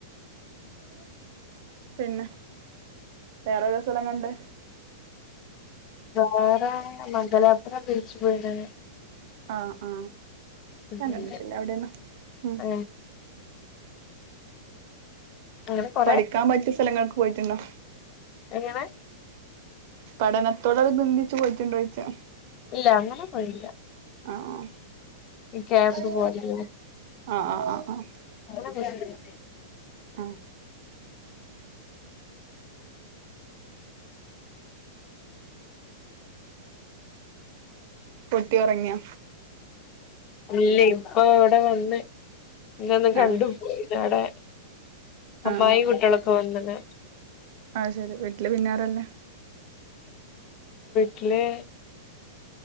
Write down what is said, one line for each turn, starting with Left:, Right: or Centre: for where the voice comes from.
Right: <inaudible> പിന്നെ വേറെതാ സ്ഥലം കണ്ടെ
Left: വേറെ മംഗലാപുരം ബീച്ച് പോയിണ്
Right: ആ ആ ഞാൻ
Left: പിന്നെ
Right: കണ്ടിട്ടില്ല അവിടെന്നും ഉം
Left: ഏഹ് അങ്ങനെ കൊറെ
Right: പഠിക്കാൻ പറ്റിയ സ്ഥലങ്ങളൊക്ക് പോയിട്ടുണ്ടോ
Left: എങ്ങനെ
Right: പഠനത്തോടാനുബന്ദിച്ച് പോയിച്ചട്ടുണ്ട് ചോദിച്ചാ
Left: ഇല്ല അങ്ങനെ പോയില്ല
Right: ആഹ്
Left: ഈ ക്യാമ്പ്
Right: ആഹ്
Left: പോലെയുള്ള
Right: ആഹ് ആഹ് ആഹ്
Left: <unintelligible>
Right: ആഹ് പൊട്ടി ഉറങ്ങിയാ
Left: ഇല്ല ഇപ്പൊ അവിടെ വന്ന് ഇന ഒന്നും കണ്ടു
Right: ആഹ്
Left: പോയിടെ അമ്മായി
Right: ആഹ്
Left: കുട്ടികളക്ക് വന്നത്
Right: ആഹ ശരി വീട്ടില് പിന്നാറല്ലേ
Left: ട്ടിലെ